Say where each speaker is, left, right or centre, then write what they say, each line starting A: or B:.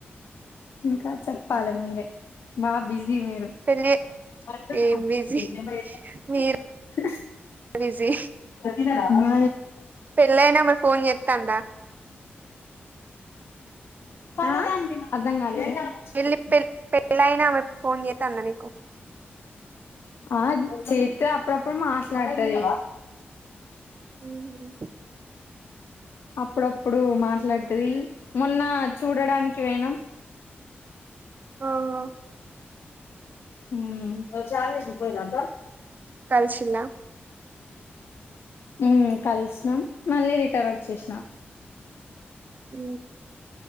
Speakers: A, on the left; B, on the right.
A: ఇంకా చెప్పలే మీరే బా బిజ్ ది మీరు
B: పెళ్ళి
A: <unintelligible>
B: ఏం బిజీ మీరు బిజీ
A: తిందామా
B: పెళ్ళైనా ఆమె ఫోన్ చేత్తందా
A: ఆ అర్థం కాలేదు తింటాం మంచిగుంటది
B: పెళ్ళి పె పెళ్ళైనా ఆమె ఫోన్ చేత్తాంద నీకు
A: ఆ చేత్తోనే అప్పుడప్పుడు మాట్లాడతది
B: ఊహూ
A: అప్పుడప్పుడు ఇప్పుడు మాట్లాడుతది మొన్న చూడడానికి పోయినం
B: ఆహా
A: ఉమ్మ్
B: కలిశిల్లా
A: ఊ కలిసినాం మళ్ళీ రిటర్న్ వచ్చేసినా
B: ఊ